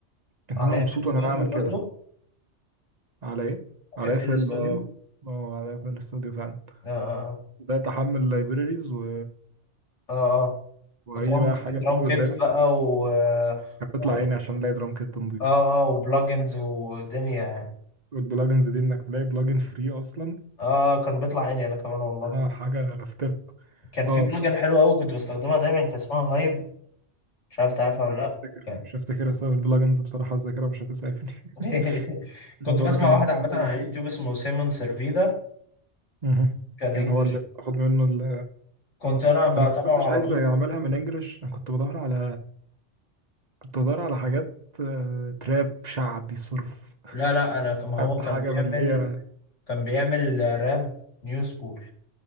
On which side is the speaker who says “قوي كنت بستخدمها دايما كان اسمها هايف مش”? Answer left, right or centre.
Left